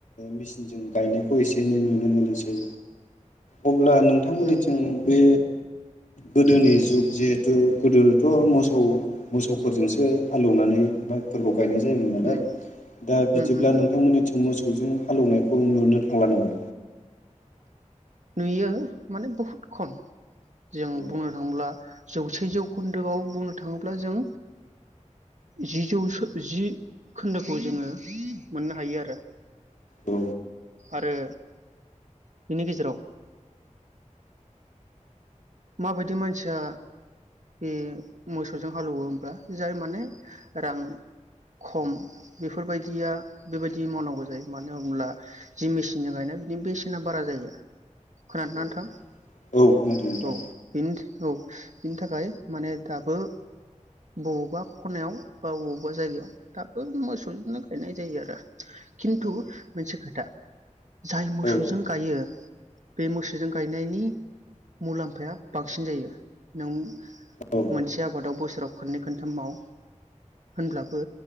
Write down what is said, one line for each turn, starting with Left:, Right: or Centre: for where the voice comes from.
Left: मिसिनजों गायनायखौ एसे एनै नुनो मोनोसै अब्ला नोंथांमोननिथिं
Right: उम
Left: बे गोदोनि जुग जिहेथु गोदोथ मोसौ मोसौफोरजोंसो हालौवनानै माइफोरखौ गायनाय जायोमोन नालाय
Right: उम
Left: दा बिदिब्ला
Right: उम उम
Left: नोंथां मोननिथिं मोस मोसौजों हालौवनायखौ नुनो थांला नामा?
Right: नुयो माने बहुद खम जों
Left: औ
Right: बुंनो थाङोब्ला जौसे जौखोन्दोआव बुंनो थाङोब्ला जों जि जौसो जि खोन्दोखौ जोङो मोननो हायो आरो
Left: औ
Right: आरो बिनि गेजेराव माबायदि मानसिया उम मोसौजों हालौवो होमब्ला जाय माने रां खम बेफोरबायदिया बेबायदि मावनांगौ जायो मानो होनब्ला जि मिसिनजों गायनाय बिनि बेसेना बारा जायो खोनादो
Left: औ
Right: नोंथां
Left: औ खोनादों नोंथां?
Right: औ बिनि औ बिनि थाखाय माने दाबो बबावबा खनायाव बा बबावबा जायगायाव दाबो मोसौजोंनो गायनाय जायो आरो खिन्थु
Left: औ
Right: मोनसे खोथा जाय मोसौजों
Left: औ
Right: गायो बे मोसौजों गायनायनि मुलाम्फाया बांसिन जायो नों
Left: औ
Right: मोनसे आबादाव बोसोराव खननै खनथाम माव होनब्लाबो